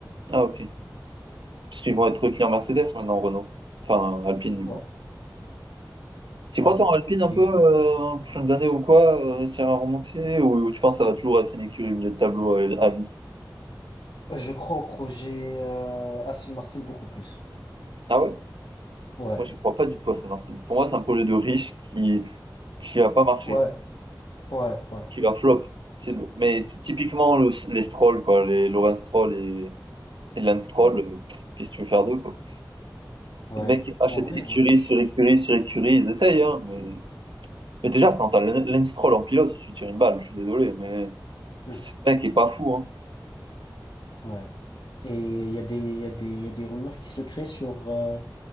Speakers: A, on the right; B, on the left.
A: Ah, ok. Parce qu'ils vont être clients Mercedes maintenant, Renault. Enfin, Alpine, du
B: Ouais,
A: coup. Tu
B: ouais.
A: crois qu'en Alpine, un
B: Et
A: peu, euh, les prochaines années ou quoi, euh, réussir à remonter ou, ou tu penses que ça va toujours être une écurie au milieu de tableau euh, à, vie?
B: je crois au projet euh, Aston Martin beaucoup plus.
A: Ah ouais?
B: Ouais,
A: Moi, j'y crois pas du tout à Saint-Martin. Pour moi, c'est un projet de riche qui qui va pas marché,
B: ouais, ouais, ouais,
A: qui va flop. C'est le- mais c'est typiquement le- les Stroll, quoi, les Lawrence Stroll et, et Lance Stroll. euh, pff, qu'est-ce que tu veux faire d'eux, quoi?
B: ouais.
A: Les mecs qui achètent
B: En vrai,
A: écurie
B: ouais. je-
A: sur écurie sur écurie, ils essayent, hein, mais, mais déjà, quand t'as Len- Lance Stroll en pilote, tu tires une balle, je suis désolé, mais
B: Hmm,
A: ce mec est pas fou, hein.
B: ouais. Et il y a des, il y a des, il y a des rumeurs qui se créent sur, euh,